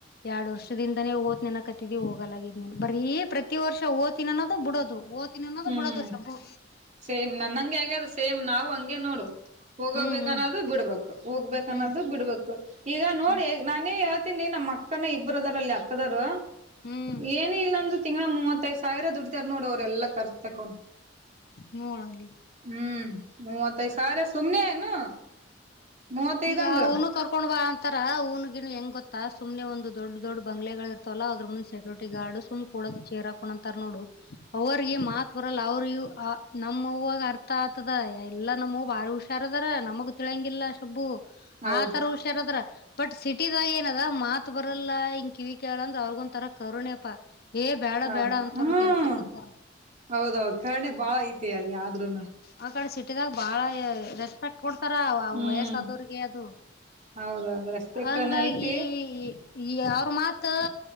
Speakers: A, on the left; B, on the right.
A: ಎರಡ್ ವರ್ಷದಿಂದಾನೇ ಓದ್ ನೆನ ಕತ್ತತಿದಿ ಹೋಗಲಾಗಿದ್ ನೀನ್ ಬರೀ ಪ್ರತಿ ವರ್ಷ ಓ್ತಿನಿ ಅನ್ನೋದು ಬಿಡದು ಓ್. ನ್ನನ್ನದು
B: ಹ್ಮ್
A: ಬಿುಡದುಷಬ್ಬು.
B: ಸೇಮ್ ನನ್ನಂಗೆ ಆಗ್ಯದು ಸೇಮ್ ನಾವು ಹಂಗೆ ನೋಡು ಹೋಗೋಬೇಕನ್ನದು
A: ಹ್ಮ್ ಹ್ಮ್
B: ಬಿಡ್ಬು. ಹೋಗ್ಬೇಕ ಅನ್ನೋದು
A: ಹ್ಮ್
B: ಬಿಡ್ಬೇಕು ಈಗ ನೋಡಿ.
A: ಹ್ಮ್
B: ನಾನೇ ಹೇಳ್ತೀನಿ ನಮ್ಮ್ ಅಕ್ಕನ ಇಬ್ಬರುದಾರ ಅಲ್ಲಿ ಅಕ್ಕದವರು
A: ಹ್ಮ್
B: ಏನ್. ಮ ಇಂದು ತಿಂಗಗಳ ಮೂವತ್ತೈದು ಸಾವಿರ ದುಡ್ತಾರ್ ನೋಡ ಅವ್ರ ಎಲ್ಲಾ ಖರ್ಚ್ ತಕೊಂಡು...
A: ನೋಡಲ್ಲಿ..
B: ಹ್ಮ್ ಮೂವತ್ತೈದ್ ಸಾರ ಸುಮ್ನೆ ಏನು... ಮೂವತ್ತೈದ್
A: ಈಗ
B: ಅಂದ್ರ
A: ಹನು ಕರ್ಕೊಂಡ್ ಬ. ತರ ಊನ್ಗಿನ್ ಹೆಂಗ ಗೊಾ ಸು್ನೆ ಒಂದು ದೊಡ್ಡ ದೊಡ್ ಬಂಗ್ಗಳ ಇರ್ತವಲ್ಲ ಅದ್ರ ಮುಂದ ಸೆಕ್ಯೂರಿಟಿ ಗಾರ್ಡ್ ಸುಮ್.. ಕೊಡೋದು ಚೇರ್ ಹಾಕೊಂಡಂತಾರ ನೋಡು ಅವ್ರಿಗೆ ಮಾತ್ ಬರಲ್ಲ ಅವ್ರೂ ಆ... ನಮ್ಮ ಹೂವಾಗ ಅರ್ಥ ಆತದ ಎಲ್ಲಾ ನಮ್ಮ ಹೂ ಬಾರಿ ಹುಷಾರದಾರ ನಮಗ ತಿಳಂಗಿಲ್ಲ ಶಬ್ಬು.
B: ಹೌದು
A: ಆತರ ಹುಷಾರದ್ರ ಬಟ್ ಸಿಟಿದಾಗ ಏನ ಅದ ಮಾತ್ ಬರಲ್ಲ ಕಿವಿ ಕೇಳಂದ ಅವ್ರಗ ಒಂ ತರ ಕರುಣೆಪಾ ಏ ಬೇಡ
B: ಕರ್ಣ
A: ಬೇಡ ಅಂತಾರ
B: ಹ್ಮ್
A: ಕೆಲ್ಸಕ್ ಅಂತ
B: ಹೌದೌದು ಕರ್ಣೆ ಬಾಳ ಐತಿ ಅಲ್ಲಿ ಆದ್ೂನು
A: ಆ ಕಡೆ ಸಿಟಿದಾಗ ಬಾಳ ರೆಸ್ಪೆಕ್ಟ್ ಕೊಡ್ತಾರ
B: ಹ್ಮ್
A: ವಯಸ್ ಆದವ್ರಿಗೆ ಅದು
B: ಹೌದೌದು ರೆಸ್ಪೆಕ್ಟ್
A: ಹಂಗಾಗಿ
B: ಅನ್ನ ಐತಿ
A: ಈ ಅವ್ರ ಮಾತ್